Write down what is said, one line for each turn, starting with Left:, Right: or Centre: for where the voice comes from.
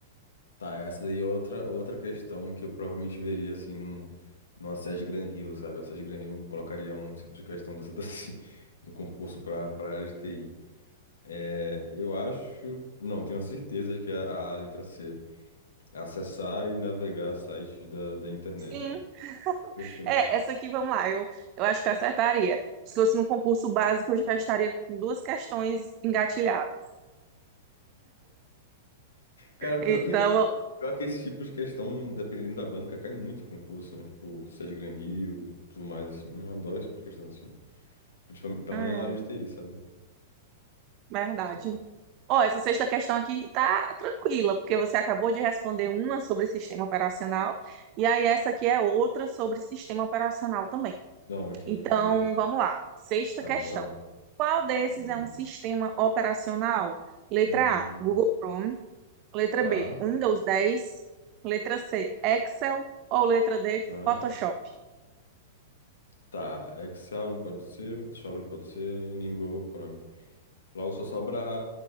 Left: Tá, essa daí é outra, outra questão que eu provavelmente veria, assim, num, numa SES Gran Rio, sabe? A SES Gran Rio colocaria um tipo de questão dessa daí <laughs> no concurso para para área de TI. É, eu acho... Não, tenho a certeza de que é a, a letra C. Acessar e navegar sites da, da internet.
Right: Sim,
Left: Perfeito.
Right: é, essa aqui, vamos lá, eu, eu acho que eu acertaria. Se fosse no concurso básico, eu já estaria com duas questões engatilhadas.
Left: Cara, pior
Right: Então,
Left: que, pior que esse tipo de questão, dependendo da banca, cai muito em concurso, né? Tipo, SES Gran Rio, tudo mais, assim. Eu adoro esse tipo de questão, assim. Principalmente, pelo
Right: ah,
Left: menos na área de TI, sabe?
Right: Verdade.
Left: Tá.
Right: Ó, essa sexta questão aqui tá tranquila, porque você acabou de responder uma sobre sistema operacional, e aí essa aqui é outra sobre sistema operacional também.
Left: Não, show,
Right: Então,
Left: show.
Right: vamos lá. Sexta
Left: Tá,
Right: questão.
Left: bora.
Right: Qual desses
Left: Hum,
Right: é um sistema operacional? Letra
Left: hum,
Right: A, Google Chrome. Letra
Left: tá,
Right: B, Windows 10. Letra C, Excel. Ou letra D,
Left: tá,
Right: Photoshop?
Left: tá. Excel não pode ser, Photoshop não pode ser, nem Google Chrome. Logo só sobra